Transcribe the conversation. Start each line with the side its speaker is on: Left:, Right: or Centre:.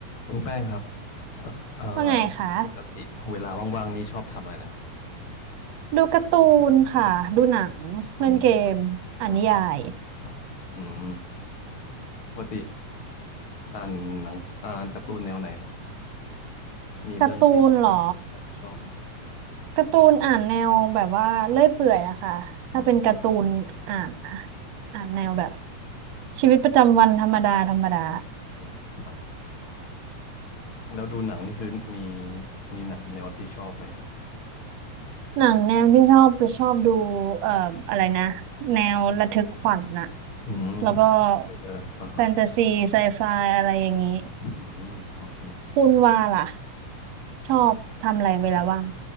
Left: คุณแป้งครับสเอ่อ
Right: ว่าไงคะ
Left: ปกติเวลาว่างๆนี้ชอบทำอะไรนะครับ
Right: ดูการ์ตูนค่ะดูหนังเล่นเกมอ่านนิยาย
Left: อืมอืมครับอืมปกติอ่านหนังอ่านการ์ตูนแนวไหนครับ มีเรื่องที่ชอบเรื่องที่ชอบไหม
Right: การ์ตูนเหรอการ์ตูนอ่านแนวแบบว่าเลื่อยเปื่อยอะค่ะถ้าเป็นการ์ตูนอ่านนะ
Left: อืม
Right: อ่านแนวแบบชีวิตประจำวันธรรมดาธรรมดา
Left: อืมครับแล้วดูหนังนี่คือมี มีหนังแนวที่ชอบไหมฮะ
Right: หนังแนวที่ชอบจะชอบดูเอ่ออะไรนะแนวระทึกขวัญน่ะ
Left: อืม
Right: แล้วก็
Left: เทรลเลอร์อ่าฮะ
Right: แฟนตาซีไซไฟอะไรอย่างนี้
Left: อืมโอเค
Right: คุณว่าล่ะชอบทำอะไรเวลาว่าง
Left: ปก